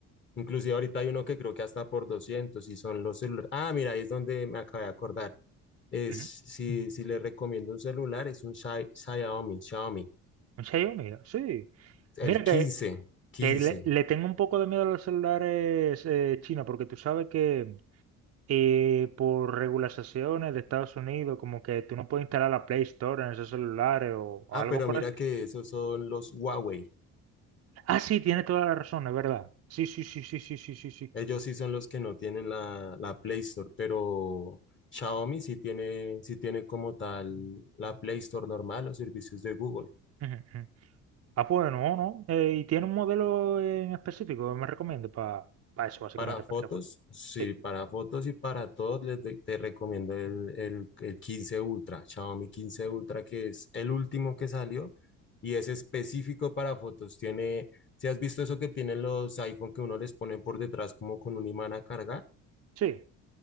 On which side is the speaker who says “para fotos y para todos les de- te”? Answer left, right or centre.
Left